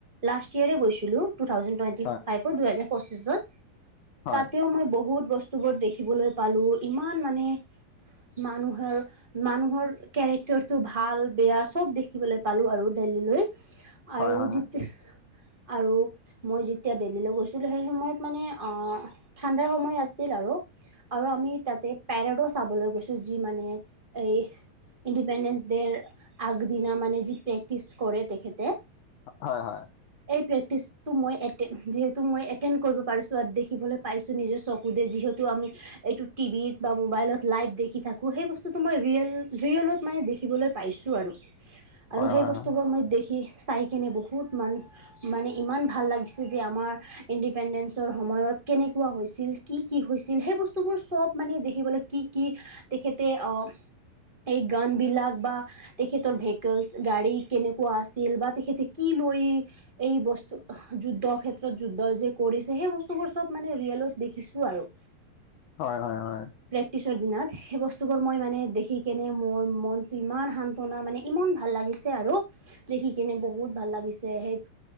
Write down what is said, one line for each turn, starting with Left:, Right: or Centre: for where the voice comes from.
Right: লাষ্ট ইয়েৰে গৈছোঁ। <inaudible> টু থাউজেণ্ড টুৱেনটি
Left: হয়
Right: ফাইভত, দুহেজাৰ পঁছিশত
Left: হয়
Right: তা'তেও মই বহুত - বস্তুবোৰ দেখিবলৈ পালোঁ। ইমান মানে মানুহৰ- মানুহৰ কেৰেক্টাৰ- টো ভাল-বেয়া চব দেখিবলৈ পালোঁ আৰু দেল্লীলৈ। আৰু
Left: হয় হয়
Right: যি- আৰু মই যেতিয়া দেল্লীলৈ গৈছিলোঁ, সেই সময়ত মানে অঁহ', - ঠাণ্ডাৰ সময় আছিল আৰু। আৰু আমি তাতে পেৰডো চাবলৈ গৈছো যি মানে- এই ইণ্ডিপেণ্ডেন্স ডেৰ আগদিনা মানে যি প্ৰেক্টিছ কৰে তেখেতে-
Left: হয়, হয়।
Right: এই প্ৰেক্টিছ- তো মই এটে যিহেতু মই এটেন কৰিব পাৰিছো আৰু দেখিবলৈ পাইছো নিজে চকুদিয়ে যিহেতু আমি- এইটো টিভিত বা মোবাইলত লাইভ দেখি থাকো সেই বস্তুটো মই ৰিয়েল ৰিয়েলত মানে দেখিবলৈ- পাইছো আৰু।
Left: <inaudible>
Right: আৰু সেই
Left: হয়
Right: বস্তুবোৰ মই দেখি চাই কিনে বহুত মান- মানে ইমান ভাল লাগিছে যে আমাৰ- ইণ্ডিপেণ্ডেঞ্চৰ সময়ত কেনেকুৱা হৈছিল কি কি হৈছিল? সেই বস্তুবোৰ চব মানে দেখিবলৈ- কি কি তেখেতে অঁ এই গন বিলাক বা- তেখেতৰ ভেকলছ গাড়ী কেনেকুৱা আছিল বা তেখেতে কি লৈ- এই বস্তু যুদ্ধৰ ক্ষেত্ৰত যুদ্ধ যে কৰিছে, সেই বস্তুবোৰ চব মানে ৰিয়েলত দেখিছোঁ আৰু।
Left: হয়, হয়, হয়।
Right: টিছৰ দিনত, সেই বস্তুবোৰ মই মানে দেখি কেনে মোৰ মনটো ইমান সান্তনা মানে ইমান ভাল লাগিছ- ছে আৰু দেখি কিনে বহুত ভাল লাগিছে সেই-